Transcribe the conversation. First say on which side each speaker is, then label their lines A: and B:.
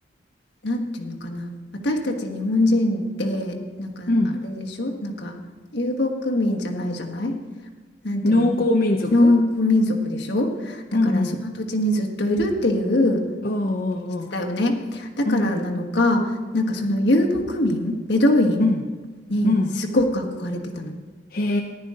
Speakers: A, on the left; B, on the left.
A: なんていうのかな私たち日本人ってなんかあれでしょなんか遊牧民じゃないじゃない
B: うん
A: なんていうの農耕民族でしょだからその土地にずっといるっていう
B: 農耕民族うんうん。お
A: 性質だよねだからなのかなんかその遊牧民ベドウィン
B: うんうんううん。うん。
A: にすごく憧れてたの
B: うん。へ